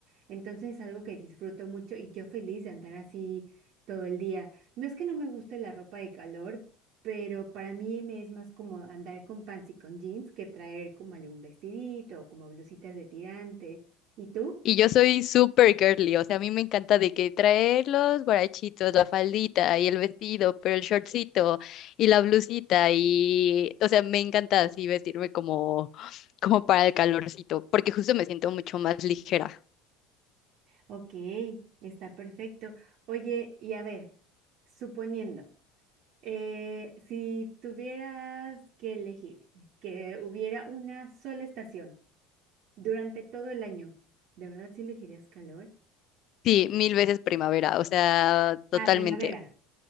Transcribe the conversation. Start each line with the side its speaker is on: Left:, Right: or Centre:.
Right: Entonces es algo que disfruto mucho y yo feliz de andar así todo el día. No es que no me guste la ropa de calor, pero para mí me es más como andar con pants y con jeans que traer como algún vestidito o como blusitas de tirantes. ¿Y tú?
Left: Y yo soy súper girly, o sea, a mí me encanta de que traer los guarachitos, la faldita y el vestido, pero el shortcito y la blusita y, o sea, me encanta así vestirme como, como para el calorcito, porque justo me siento mucho más ligera.
Right: Ok, está perfecto. Oye, y a ver, suponiendo, eh, si tuvieras que elegir que hubiera una sola estación durante todo el año, ¿de verdad sí elegirías calor?
Left: Sí, mil veces primavera, o sea, totalmente.
Right: Ah, primavera.